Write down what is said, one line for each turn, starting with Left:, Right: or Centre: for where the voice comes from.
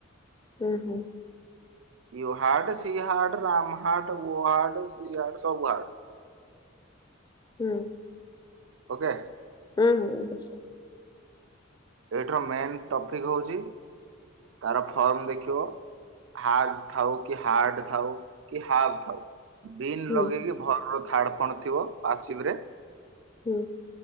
Left: ହୁଁ ହୁଁ।
Right: <unintelligible>
Left: ହୁଁ।
Right: ଓକେ।
Left: ହୁଁ ହୁଁ।
Right: ଏଇଠର ମେନ୍ ଟପିକ୍ ହଉଛି ତାର ଫର୍ମ ଦେଖିବ। ହାଜ୍ ଥାଉ କି ହାର୍ଡ ଥାଉ କି ହାବ୍ ଥାଉ। ବିନ୍
Left: ବୁଝିଲି
Right: ଲଗେଇକି ଭର୍ବ ର ଥାର୍ଡ ଫଣ ଥିବ ପାସିବ୍ ରେ।
Left: ହୁଁ